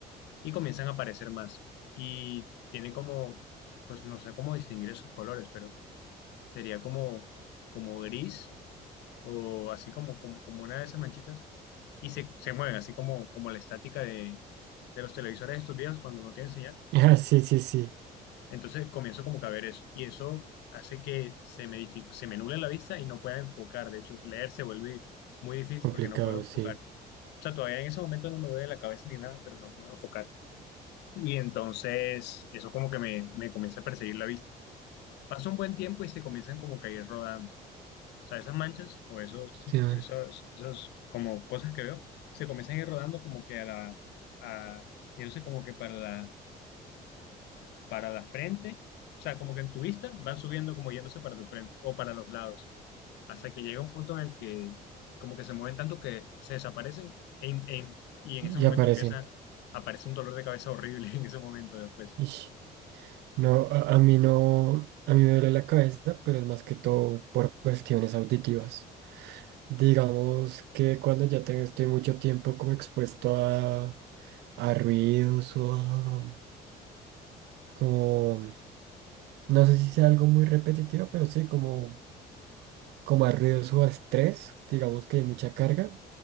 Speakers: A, on the left (about 85°); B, on the right (about 85°).
A: y comienzan a aparecer más. Y tiene como, pues no sé cómo distinguir esos colores, pero sería como, como gris o así como, como, como una de esas manchitas, y se, se mueven, así como, como la estática de, de los televisores estos viejos cuando no tienen señal.
B: <laughs> Ah, sí, sí, sí.
A: Entonces comienzo como que a ver eso, y eso hace que se me, dific- se me nuble la vista y no pueda enfocar. De hecho, leer se vuelve muy difícil
B: Complicado,
A: porque no puedo enfocar.
B: sí.
A: O sea, todavía en ese momento no me duele la cabeza ni nada, pero no puedo enfocar. Y entonces eso como que me, me comienza a perseguir la vista. Pasa un buen tiempo y se comienzan como que a ir rodando. O sea, esas manchas o esos, esos,
B: Sí, man.
A: esos, esos como cosas que veo, se comienzan a ir rodando como que a la, a, yo no sé, como que para la, para la frente, o sea, como que en tu vista van subiendo como yéndose para tu frente o para los lados, hasta que llega un punto en el que como que se mueven tanto que se desaparecen en- en- y en
B: Y
A: ese momento
B: aparecen.
A: empieza, aparece un dolor de cabeza horrible <laughs> en ese momento después,
B: Ish. No, a, a mí no, a mí me duele la cabeza, pero es más que todo por cuestiones auditivas. Digamos que cuando ya tengo, estoy mucho tiempo como expuesto a, a ruidos o a, como, no sé si sea algo muy repetitivo, pero sí, como como a ruidos o a estrés, digamos que hay mucha carga,